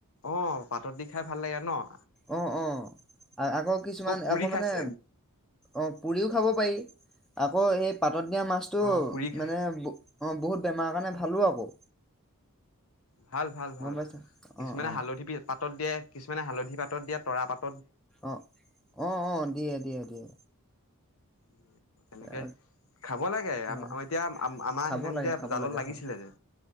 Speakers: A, on the left; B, in the centre.
A: অ', পাতত দি খাই ভাল লাগে ন'।
B: অ', অ', আৰু আকৌ কিছুমান
A: পুৰি
B: আকৌ
A: খাইছে
B: মানে অ', পুৰিও খাব পাৰি। আকৌ সেই পাত পাতত দিয়া মাছটো
A: অ পুৰি খাই
B: মানে অ', বহুত বেমাৰৰ কাৰণে ভালো আকৌ।
A: ভাল, ভাল, ভাল
B: গম পাইছা?
A: কিছুমানে
B: অ' অ'
A: হালধি পি পাতত দিয়ে। কিছুমান হা'লধি পাতত দিয়া তৰা পাত
B: অ', অ', অ', দিয়ে দিয়ে দিয়ে।
A: দিয়ে তেনেকে
B: এ,
A: খাব লাগে, আমা
B: হয়
A: এতিয়া আমা আমাৰ
B: খাব
A: সেইদিনানি
B: লাগে
A: যে
B: খাব
A: জালত
B: লাগে
A: লাগিছিলে
B: হয়।
A: যে।